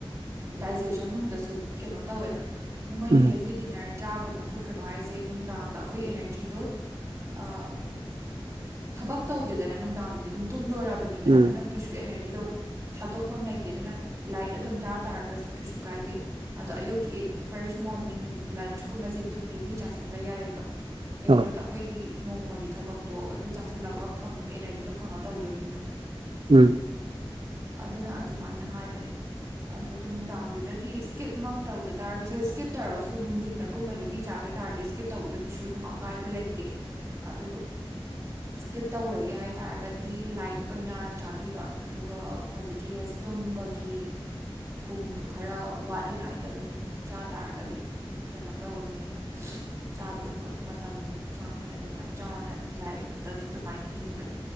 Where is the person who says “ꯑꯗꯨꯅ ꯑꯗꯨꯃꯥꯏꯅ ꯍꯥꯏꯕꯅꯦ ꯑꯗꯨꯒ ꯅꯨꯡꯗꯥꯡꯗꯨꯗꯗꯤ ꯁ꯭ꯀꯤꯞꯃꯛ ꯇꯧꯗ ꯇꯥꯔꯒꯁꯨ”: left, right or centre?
Right